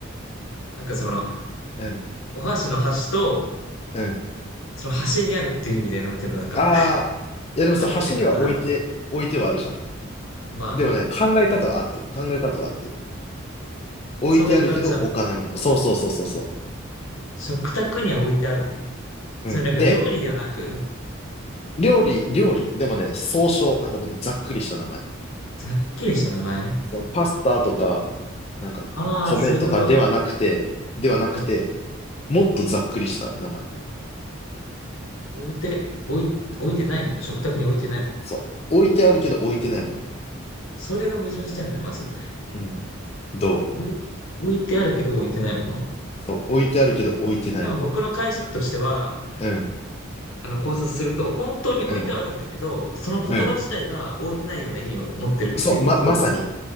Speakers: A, on the left (about 85°); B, on the left (about 30°).
A: なんかその、
B: うん、
A: お箸の箸と、
B: うん。
A: その箸にあるっていう意味で、なんていうの、なんか、
B: ああ、
A: <laughs>
B: いやでもさ、
A: かけてんのかなみたい
B: 箸には置いて、置いてはあるじゃん。
A: な。まあね。
B: でもね、考え方は合ってる。考え方は合ってる。置いてあるけど、
A: そういう感じなの。
B: 置かないもの。そうそうそうそうそ
A: 食卓には置いてあるの
B: う。
A: それなんか料理ではなく、
B: うん。で、料理、料理。でもね、総称。なんかもっとざっくりした名前。
A: ざっくりした名前。
B: そう、パスタとか、なんか、
A: ああ、
B: 米とかではなくて、
A: そういうこと
B: ではなくて、
A: うん。
B: もっとざっくりした名前。
A: 置いて、置い、置いてないもの。食卓に置いてないも
B: そう。置いてあるけど置いてないも
A: の。それが矛盾してんのよ、まず。
B: の。うん。どう
A: 置い、置いてあるけど置いてないもの。
B: そう。置いてあるけど置いてないも
A: 多分僕の解釈としては、
B: の。うん。
A: あの考察すると、本当に置いてはあるんだけど、
B: うん。
A: その言葉自体が置いてないような意味を持ってるっていう考察。
B: うん。そう。ま、まさに。